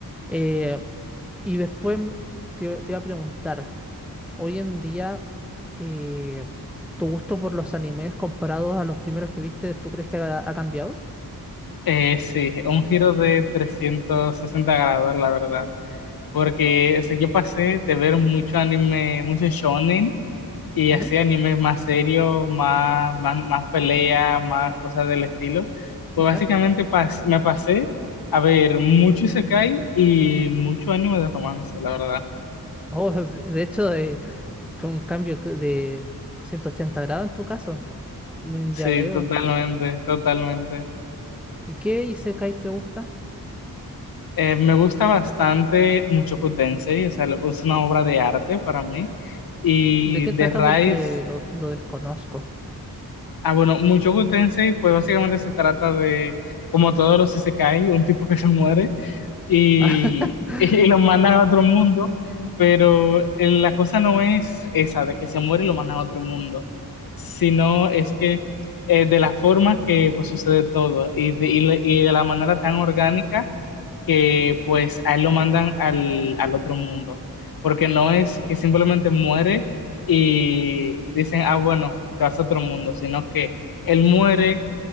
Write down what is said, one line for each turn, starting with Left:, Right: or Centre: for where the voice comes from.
Centre: Eh, y después m- te, te iba a preguntar, hoy en día, eh, ¿tu gusto por los animes comparados a los primeros que viste, tú crees que ha, ha cambiado?
Left: Eh, sí, un giro de 360 grados, la verdad, porque o sea, yo pasé de ver mucho anime, mucho shonen y
Centre: Ujú.
Left: así animes más serios, más, más, más peleas, más cosas del estilo. Pues
Centre: ¿Ya?
Left: básicamente pas- me pasé a ver mucho Isekai y mucho anime de romance, la verdad.
Centre: Oh, <laughs> de de hecho, eh, fue un cambio que- de 180 grados en tu caso. Mm,
Left: Sí,
Centre: Ya veo.
Left: totalmente, totalmente.
Centre: ¿Y qué Isekai te gusta?
Left: Eh, me gusta bastante Mushoku Tensei, o sea, le- es una obra de arte para mí. Y
Centre: ¿De qué
Left: de
Centre: trata?
Left: Rise,
Centre: Porque lo, lo desconozco.
Left: ah, bueno, Mushoku Tensei, pues básicamente se trata de, como todos los Isekai, un tipo que se muere y,
Centre: <laughs>
Left: <laughs> y lo mandan a otro mundo, pero eh, la cosa no es esa, de que se muere y lo mandan a otro mundo, sino es que eh, de la forma que pues sucede todo y de, y le- y de la manera tan orgánica que pues a él lo mandan al, al otro mundo, porque no es que simplemente muere y dicen, ah, bueno, te vas a otro mundo, sino que él muere